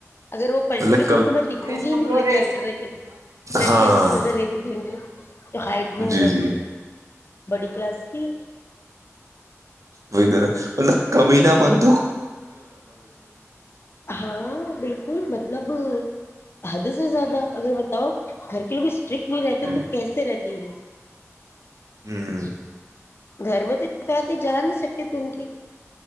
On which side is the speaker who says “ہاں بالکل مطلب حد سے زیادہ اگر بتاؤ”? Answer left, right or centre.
Left